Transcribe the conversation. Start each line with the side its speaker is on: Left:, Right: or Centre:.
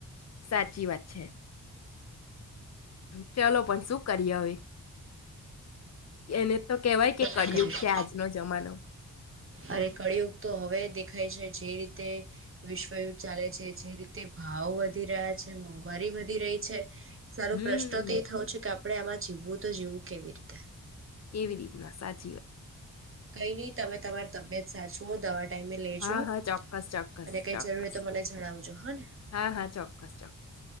Left: સાચી વાત છે. ચલો પણ શું કરીએ હવે <inaudible> એને તો કેવાય કે
Right: તો
Left: કળિયુગ
Right: ના કરીએ
Left: છે આજનો જમાનો.
Right: અરે કળિયુગ તો હવે દેખાય છે જે રીતે વિશ્વયુદ્ધ ચાલે છે જે રીતે ભાવો વધી રહ્યા છે મોંઘવારી વધી રહી છે. તારો
Left: હમ
Right: પ્રશ્ન તે થયો છે કે આપ- આપણે આમાં જીવવું તો જીવવું કેવી રીતે.
Left: કેવી રીતના સાચી વાત.
Right: કઈની તમે તમારી તબિયત સાચવો દવા ટાઈમે લેજો
Left: હા હા ચોક્કસ ચોક્કસ
Right: અને કઈ
Left: ચોક્કસ
Right: જરૂર હોય તો મને જણાવજો હા ને
Left: હા હા ચોક્કસ ચોક્કસ.